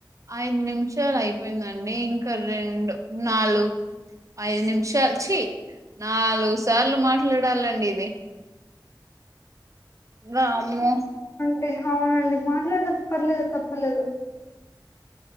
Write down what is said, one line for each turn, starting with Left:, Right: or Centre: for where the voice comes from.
Right: ఐదు నిమిషాలు అయిపోయిదండి ఇంకా రెండు నాలుగ్ ఐదు నిమిషాలుచీ నాలుగు సార్లు మాట్లాడాలండి ఇది వామ్మో
Left: రే అవునండి మాట్లాడుదాం పర్లేదు తప్పు లేదు